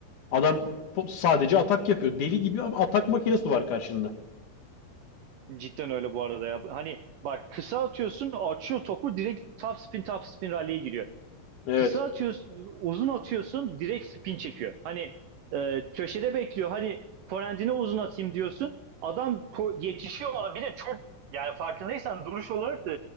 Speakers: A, on the left (about 60°); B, on the right (about 75°).
A: Adam po- sadece atak yapıyor. Deli gibi ama atak makinesi var karşında.
B: Cidden öyle bu arada ya. Hani bak kısa atıyorsun, açıyor topu direkt top spin top spin rally'e giriyor.
A: Evet,
B: Kısa atıyorsun, uzun atıyorsun direkt spin çekiyor. Hani e, köşede bekliyor. Hani forendine uzun atayım diyorsun. Adam yetişiyor ona. Bir de çok yani farkındaysan duruş olarak da